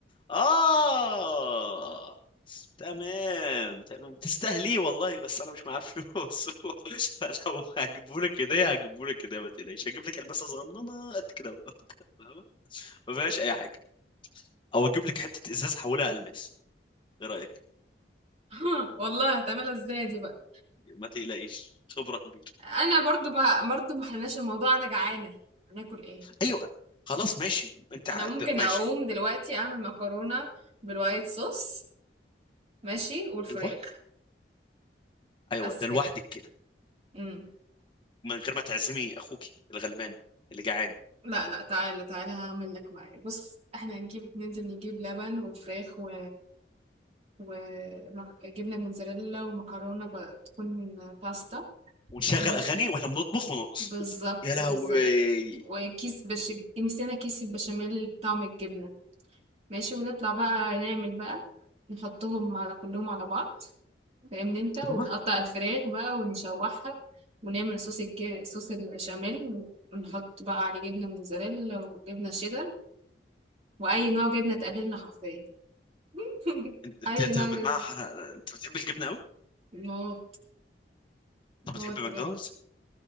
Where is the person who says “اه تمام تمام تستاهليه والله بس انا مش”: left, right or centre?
Left